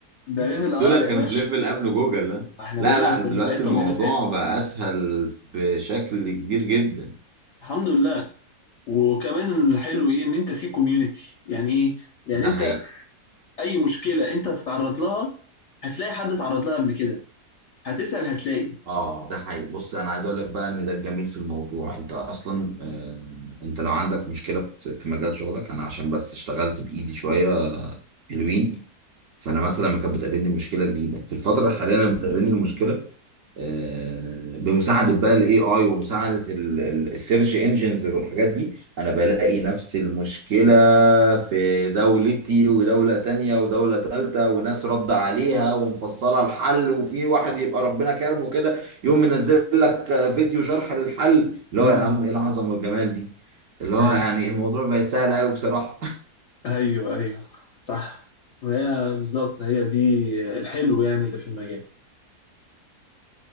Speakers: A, on the left; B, on the right.
A: ده ليفل
B: <laughs>
A: اه
B: دولت
A: يا
B: كانوا
A: باشا
B: في ليفل قبل جوجل لا
A: احنا
B: لا
A: بقينا كنا
B: لا دلوقتي
A: في حتة
B: الموضوع
A: وبقينا في حتة
B: بقى اسهل بشكل كبير جدا
A: الحمد لله وكمان الحلو ايه ان انت في كوميونتي يعني ايه يعني
B: ده
A: انت
B: حقيقي
A: اي مشكلة انت هتتعرض لها هتلاقي حد اتعرض لها قبل كده هتسأل هتلاقي
B: اه ده حقيقي بص انا عايز اقول لك بقى ان ده الجميل في الموضوع انت اصلا آه انت لو عندك مشكله في في مجال شغلك انا عشان بس اشتغلت بايدي شويه آه، حلوين فانا مثلا لما كانت بتقابلني مشكله جديده في الفتره الحاليه انا بتقابلني المشكله آه، بمساعده بقى الاي اي ومساعده السيرش انجنز والحاجات دي انا بلاقي نفس المشكله في دولتي ودوله تانية ودوله تالتة وناس رد عليها ومفصله الحل وفي واحد يبقى ربنا كرمه كده يقوم منزل لك فيديو شرح للحل اللي
A: امم
B: هو يا عم ايه العظمه والجمال دي اللي هو
A: ايوه
B: يعني الموضوع بقت سهل قوي بصراحه
A: ايوه ايوه صح ما هي بالظبط هي دي الحلو يعني اللي في المجال